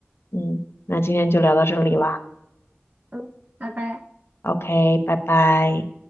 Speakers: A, on the left; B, on the right.
A: 嗯，那今天就聊到这里啦。
B: 嗯，拜拜。
A: OK，拜拜。